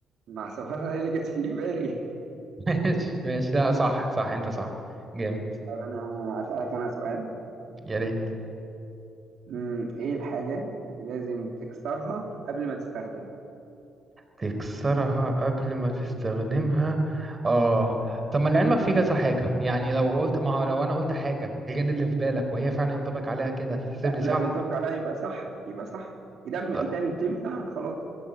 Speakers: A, on the right; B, on the right.
A: مع <laughs> سبحان الله إيه اللي جت في بالي
B: <laughs> ماشي ماشي لا صح صح انت صح جامد
A: طب أنا أسألك أنا سؤال
B: يا ريت
A: مم، إيه الحاجة اللي لازم تكسرها قبل ما تستخدمها
B: تكسرها قبل ما تستخدمها اه طب ما لعلمك في كذا حاجه يعني لو قلت ما هو لو انا قلت حاجه غير اللي في بالك وهي فعلا ينطبق عليها كده هتتحسب
A: لا
B: لي صح
A: لو ينطبق عليها يبقى صح يبقى صح إدام
B: ط-
A: إدام تنفع خلاص